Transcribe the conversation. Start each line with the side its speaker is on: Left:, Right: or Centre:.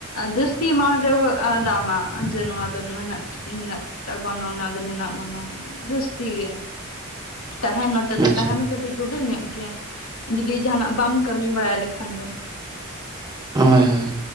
Left: ᱡᱟᱹᱥᱛᱤ ᱮᱢᱟᱱ ᱨᱮᱦᱚᱸ ᱟᱹ ᱫᱟᱢᱟ ᱡᱮ ᱱᱚᱣᱟ ᱨᱮᱱᱟᱜ ᱱᱤᱱᱟᱹ ᱴᱟᱜ ᱜᱚᱱᱚᱝ ᱱᱚᱣᱟ ᱟᱫᱚ ᱱᱤᱱᱟ ᱜᱚᱱᱚᱝ᱾ ᱡᱟᱹᱥᱛᱤ ᱜᱮ ᱛᱟᱦᱮᱱ ᱱᱚᱛᱮ ᱫᱚ
Right: ᱟᱪᱪᱷᱟ
Left: ᱛᱟᱦᱮ ᱫᱚ ᱠᱟᱹᱴᱤᱡ ᱡᱚᱴᱤᱰᱤᱞ ᱧᱚᱜ ᱜᱮᱭᱟ᱾ ᱡᱩᱫᱤ ᱡᱟᱦᱟᱱᱟᱜ ᱵᱟᱢ ᱠᱟᱹᱢᱤ ᱵᱟᱲᱟᱭ ᱞᱮᱠᱷᱟᱱ ᱫᱚ᱾
Right: ᱦᱳᱭ ᱦᱳᱭ